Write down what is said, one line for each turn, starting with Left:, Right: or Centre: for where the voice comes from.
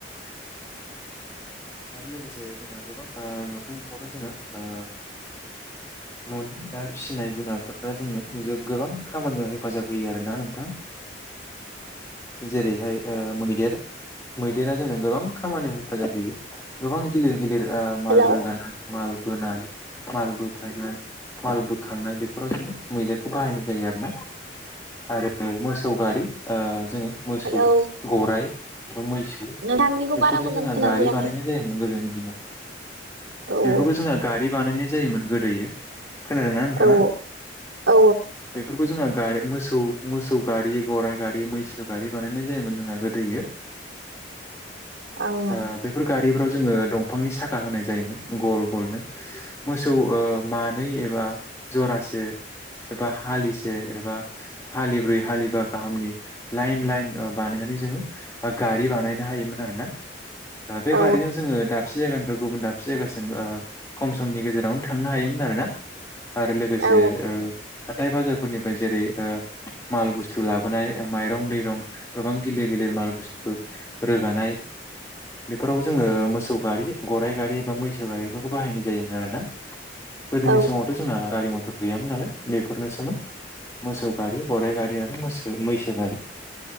Left: आरो लोगोसे जोंहा ओ गोबां नुनो मोनबावो जोङो ओ न'नि आरो फिनाय जुुनारफोर दा जोंनो गोबां खामानियाव हेफाजाब होयो आरोना नोंथां जेरैहाय ओ मैदेर मैदेरा जोंनो गोबां खामानियाव हेफाजाब होयो गोबां गिलिर गिलिर माल
Right: हेलौ
Left: रोगानाय माल बोनाय माल बोफायनाय माल बोखांनाय बे फ्राव जोङो मैदेरखौ बाहायनाय जायो आरोना आरो मोसौ गारि ओ जोङो मोसौ
Right: हेलौ
Left: गराइ बा मैसो
Right: नोंथांनिखौ
Left: बेफोरजों
Right: बारा मोजां
Left: जोंहा
Right: खोनाफैयाखै
Left: गारि बानायनाय जायोमोन गोदोनि दिनाव
Right: औ
Left: बेफोरखौ
Right: औ
Left: जोंहा गारि बानायनाय जायोमोन गोदोयो खोनादोंना नोंथाङा
Right: औ औ
Left: बेफोरखौ जोंहा गारि मोसौ मोसौ गारि गराइ गारि मैसो गारि बानायनाय जायोमोन जोंहा गोदोयो
Right: आं
Left: ओ बेफोर गारिफोराव जोङो दंफांनि साखा होनाय जायोमोन गल गलनो मोसौ मानै एबा जरासे। एबा हालिसे एबा हालिब्रै हालिबा गाहामनि लाइन लाइन बानायनानै जोङो गारि बानायनो हायोमोन आरोना। ओ बे
Right: औ
Left: गारिजों जोङो दाब दाबसे जायगानिफ्राय गुबुन दाबसे जायगासिम ओ खम समनि गेजेरावनो थांनो हायोमोन आरोना आरो ए
Right: औ
Left: ओ हाथाइ बाजारफोरनिफ्राय जेरै माल बुस्थु लाबोनाय माइरं दैरं गोबां गिलिर गिलिर माल बुस्थु रोगानाय बेफोराव जोङो मोसौ गारि गराइ गारि एबा मैसो गारिफोरखौ बाहायनाय जायोमोन आरोना। गोदोनि
Right: औ
Left: समावथ' जोंहा गारि मथर गैयामोन नालाय बेफोरनोसोमोन मोसौ गारि गराइ गारि आरो मोस मैसो गारि